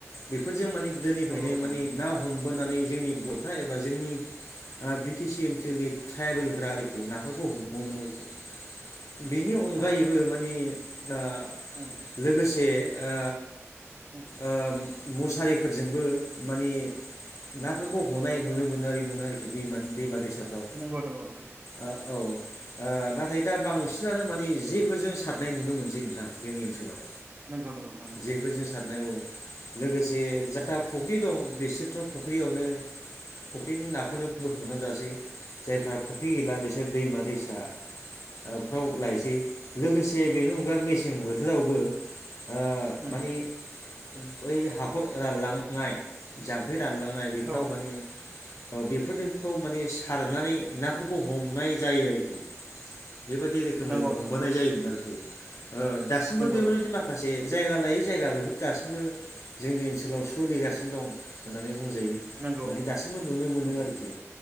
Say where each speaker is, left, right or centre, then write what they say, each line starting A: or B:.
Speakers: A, on the left; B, on the right.
A: बेफोरजों माने गोदोनिफ्रायनो
B: नंगौ नंगौ
A: माने
B: नोंथां
A: ना हमबोनानै जोंनि बर'फ्रा एबा जोंनि ओ बि टि सि ओनसोलनि ट्राइबेलफ्रा आरोखि नाफोरखौ हमोमोन आरोखि। बेनि अनगायैबो
B: औ
A: माने दा
B: उम
A: लोगोसे ओ
B: उम
A: ओम मुसारिफोरजोंबो माने नाफोरखौ
B: उम
A: हनाय नुनो मोनारि मोनारि दैमानि दैमा दैसा साफ्राव
B: नंगौ नंगौ नोंथां
A: आ औ। ओ नाथाय दा बांसिनानो माने जेफोरजों सारनाय नुनो मोनसै नोंथां जोंनि ओनसोलाव।
B: नंगौ नंगौ नोथां नंगौ।
A: जेफोरजों सारनाय औ लोगोसे जाहा फुख्रि दं बिसोरथ' फुख्रियावनो फख्रिनि नाखौनो बोखांनानै जासै जायफ्रा फुख्रि गैला बिसोर दैमा दैसा आ फ्राव लायसै। लोगोसे बेनि अनगा मेसें बोथोरावबो ओ
B: उम
A: माने बै हाखर रानलांनाय जाम्फै रानलांनाय बेफोराव
B: औ
A: माने औ बे फोरखौ माने सारनानै नाफोरखौ हमनाय जायो आरोखि। बेबायदि रोखोमै
B: नंगौ नोंथां
A: हमबोनाय जायोमोन आरोखि <inaudible> ओ दासिमबो
B: नंगौ
A: बेफोर
B: नंगौ
A: बायदि माखासे जायगा लायै जायगा बेह दासिमबो जोंनि ओनसोलाव सोलिगासिनो दं होननानै बुंजायो
B: नंगौ
A: माने
B: नोंथां
A: दासिमबो नुनो मोनो
B: नंगौ
A: आरोखि।